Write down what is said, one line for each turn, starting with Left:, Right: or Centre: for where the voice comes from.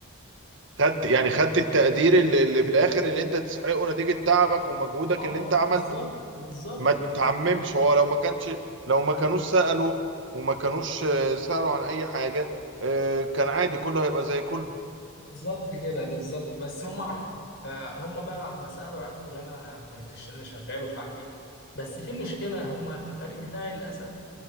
Right: خدت يعني خدت التقدير اللي, اللي في الآخر اللي انت تستحقه نتيجة تعبك ومجهودك
Left: اه
Right: اللي انت عملته
Left: بالظبط بالظبط
Right: ما
Left: بالنسبه
Right: تعممش
Left: لي
Right: هو لو ما كانش لو ما كانوش سألوا وما كانوش آه، سألوا عن أي حاجة آه، كان عادي كله هيبقى زي كله
Left: بالظبط كده بالظبط بس هم عارفين فهم بقى بعد ما سالوا عرفوا ان انا كنت ش- انا شغال ومش عارف ايه بس في مشكله هم الفريق بتاعي للاسف